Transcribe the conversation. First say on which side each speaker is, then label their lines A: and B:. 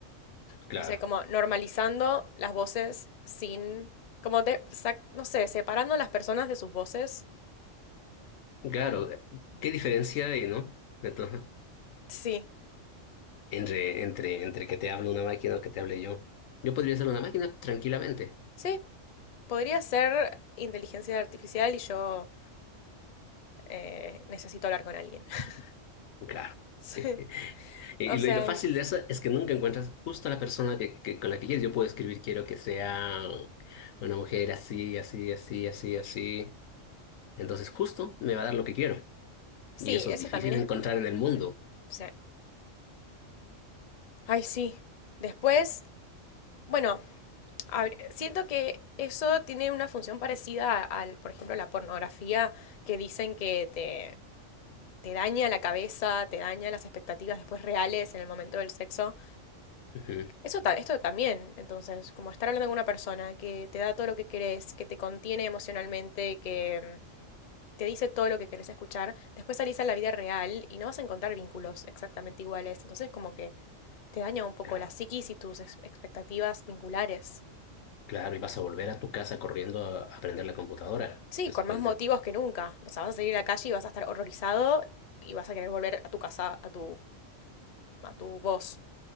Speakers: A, on the left (about 80°); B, on the left (about 45°).
A: Claro.
B: O sea, como normalizando las voces sin, como de, sac- no sé, separando las personas de sus voces.
A: Claro, eh, ¿qué diferencia hay, no? Entonces,
B: Sí,
A: entre, entre, entre que te hable una máquina o que te hable yo. Yo podría ser una máquina tranquilamente,
B: sí, podría ser inteligencia artificial y yo eh, necesito hablar con alguien. <laughs>
A: claro.
B: Sí.
A: <laughs> Y
B: O sea,
A: lo, y lo fácil de eso es que nunca encuentras justo a la persona que, que- con la que quieres. Yo puedo escribir, quiero que sea una mujer así, así, así, así, así. Entonces justo me va a dar lo que quiero.
B: sí,
A: Y eso
B: eso
A: es difícil
B: también es...
A: de encontrar en el mundo.
B: mm, sí. Ay, sí. Después, bueno, habr- siento que eso tiene una función parecida al, por ejemplo, la pornografía que dicen que te te daña la cabeza, te daña las expectativas después reales en el momento del sexo.
A: Ujú,
B: Eso esto también, entonces, como estar hablando con una persona que te da todo lo que querés, que te contiene emocionalmente, que mm, te dice todo lo que querés escuchar, después salís a la vida real y no vas a encontrar vínculos exactamente iguales. Entonces, como que te daña un poco
A: Claro,
B: la psiquis y tus expectativas vinculares.
A: claro. Y vas a volver a tu casa corriendo a aprender la computadora.
B: Sí,
A: Después
B: con más motivos
A: de...
B: que nunca. O sea, vas a salir a la calle y vas a estar horrorizado y vas a querer volver a tu casa, a tu, a tu voz.